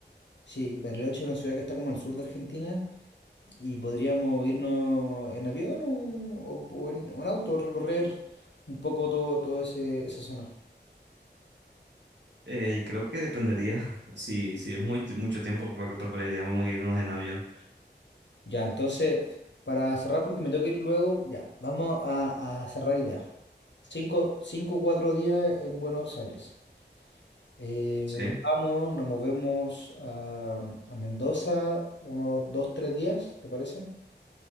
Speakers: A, on the left (about 80°); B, on the right (about 80°).
A: Sí, Bariloche es una ciudad que está como al sur de Argentina y podríamos irnos en avión o, o- o en, o en auto, recorrer un poco todo, todo ese, esa zona.
B: Eh, creo que dependería. <laughs> Si, si es muy, mucho tiempo, creo que preferiríamos irnos en avión.
A: Ya, entonces, para cerrar, porque me tengo que ir luego, ya, vamos a, a cerrar ideas. Cinco, cinco, cuatro días en Buenos Aires. Eh,
B: Sí,
A: nos vamos, nos movemos a, a Mendoza unos dos, tres días, ¿te parece?